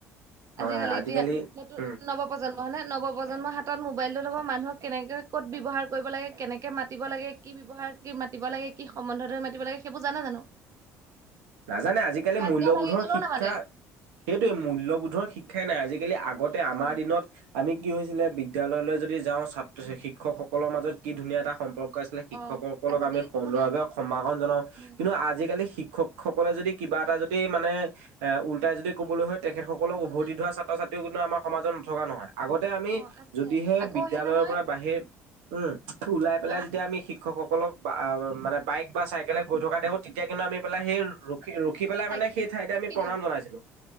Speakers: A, on the right (about 80°); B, on the right (about 50°).
A: হয়
B: আজিকালি এতিয়া নতুন
A: উম
B: নৱপজন্ম হয় নে নৱপজন্ম হাতত মোৰ মোবাইলটোৰ লগত মানুহক কেনেকৈ ক'ত ব্যৱহাৰ কৰিব লাগে কেনেকৈ মাতি লাগে কি ব্যৱহাৰ মাতিব লাগে কি সম্বন্ধ দৰে মাতিব লাগে সেইবোৰ জানে জানো
A: নাজানে আজিকালি
B: গাত
A: মূল্য়বোধৰ
B: গা লাগি গলেও
A: শিক্ষা
B: নামাতে
A: সেইটে মূল্য়বোধৰ শিক্ষাই নাই আজিকালি জিকি আগতে আমাৰ
B: অ
A: দিনত আমি কি হৈছিলে বিদ্যলয়লৈ যদি যাও ছাত্ৰ শিক্ষকসকলৰ মাজত কি ধুনীয়া এটা সম্পৰ্ক ছিলে শিক্ষকসকলক
B: অ আজিকালি
A: আমি সুন্দৰভাৱে
B: সেইবোৰ নাই
A: সম্ভাষন জনাও
B: উম
A: কিন্তু আজিকালি শিক্ষক সকলে যদি কিবা এটা যদি মানে এ উল্টাই যদি ক'বলৈ হয় তেখেতসকলক
B: কবলৈ
A: উভতি ধোৱা ছাত্ৰ ছাত্ৰী কিন্তু আমাৰ সমাজত নথকা নহয় আগতে আমি
B: অ আছে
A: যদিহে
B: আকৌ
A: বিদ্য়ালয়ৰ
B: সেই নহয়
A: পৰা বাহিৰ উম ওলাই পেলাই
B: আহ
A: যেতিয়া আমি শিক্ষকসকলক বা আ মানে বাইক বা চাইকেলে গৈ থকা দেখো তেতিয়া কিন্তু নামি পেলাই সেই ৰখি ৰখি পেলাই
B: চাই
A: মানে সেই ঠাইতে
B: ৰখি
A: আমি প্ৰণাম
B: দিওঁ
A: জনাইছিলো